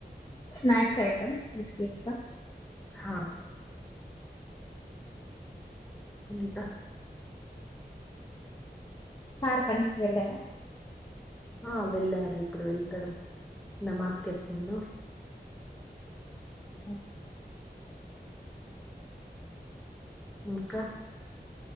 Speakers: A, on the left; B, in the centre.
A: స్నాక్స్ ఐటెమ్ బిస్కెట్సా
B: హా ఇంక
A: సార్ పనికి వెళ్ళార
B: ఆ వెళ్ళారు ఇప్పుడు వెళ్తారు ఇన మార్కెట్ పోయిండు
A: ఆ
B: ఇంకా